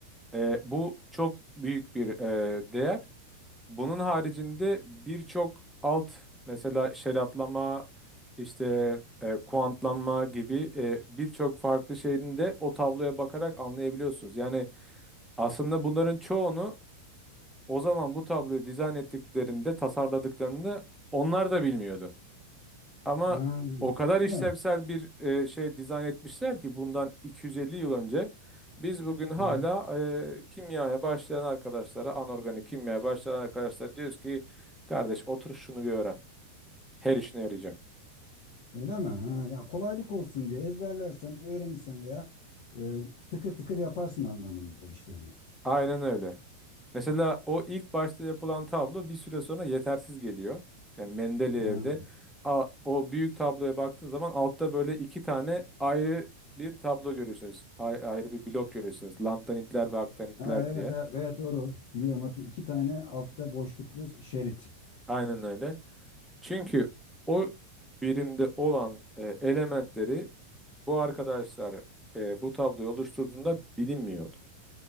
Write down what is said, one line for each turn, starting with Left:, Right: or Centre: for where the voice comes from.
Centre: e, bu çok büyük bir e, değer. Bunun haricinde birçok alt mesela şeratlama işte e, kuantlanma gibi e, birçok farklı şeyini de o tabloya bakarak anlayabiliyorsunuz. Yani aslında bunların çoğunu o zaman bu tabloyu dizayn ettiklerinde tasarladıklarında onlar da bilmiyordu. Ama
Left: Ha,
Centre: o kadar işlevsel
Left: öyle mi?
Centre: bir e, şey dizayn etmişler ki bundan 250 yıl önce biz bugün hala
Left: Evet.
Centre: e, kimyaya başlayan arkadaşlara, anorganik kimyaya başlayan arkadaşlara diyoruz ki kardeş otur şunu bir öğren. Her işine yarayacak.
Left: Öyle mi? Ha, ya kolaylık olsun diye ezberlersen, öğrenirsen veya e, tıkır tıkır yaparsın anlamında işlerini.
Centre: Aynen öyle. Mesela o ilk başta yapılan tablo bir süre sonra yetersiz geliyor. Yani Mendeleev'de
Left: Ha.
Centre: a- o büyük tabloya baktığın zaman altta böyle iki tane ayrı bir tablo görüyorsunuz. Ay- ayrı bir blok görüyorsunuz. Lantanitler ve aktanitler
Left: Ha, evet,
Centre: diye.
Left: ha, evet doğru. Biliyorum Hatu. İki tane altta boşluklu şerit.
Centre: Aynen öyle. Çünkü o birimde olan e, elementleri bu arkadaşlar e, bu tabloyu oluşturduğunda bilinmiyordu.